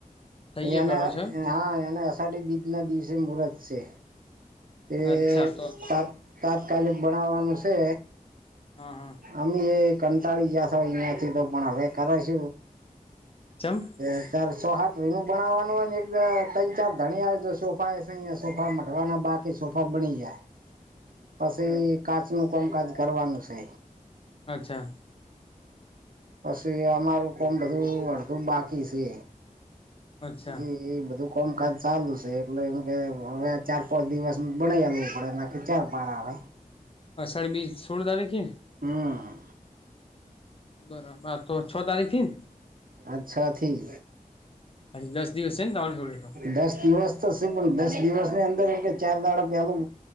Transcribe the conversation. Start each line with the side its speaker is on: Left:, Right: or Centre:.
Left: સહીએ
Right: એને
Left: કરો છો એમ
Right: હા એને અઢ બીજના દિવસે મુરત છે એ
Left: અચ્છા તો તો
Right: ત તાત્કાલિક બનાવવાનું છે
Left: હા હા
Right: અમે જે કંટાળી ગયા અિયાયાથી તો પણ હવે કરે છ
Left: ચમપ
Right: અત્યારે સોહાટ વિનું બનાવાનું હોને એક તણ ચાર ધણિયા સોફા યા સોફા મઢવાના બાકી સોફા બની જાય
Left: હ
Right: પછી કાચ ન કામકાજ કરવાનું છે
Left: અચ્છા
Right: પછ અમારું કોણ બધું અડધું બાકી છે
Left: અચ્છા
Right: એ એ બધું કમકાજ ચાલુ છે એટલે એમ કે હવે ચાર પાંચ દિવસ બના લવું પડે વિચાર પાાર આવે
Left: અષઢ બી સોળ તારીખ
Right: હા
Left: બરાબર તો છ તારીખ થી ને
Right: અચ્છા અથી
Left: હજી દસ દિવસ છે ને તમારી જોડે તો
Right: દસ દિવસ પણ દસ દિવસ ની અંદર એમ કે ચાર દાણા પેલું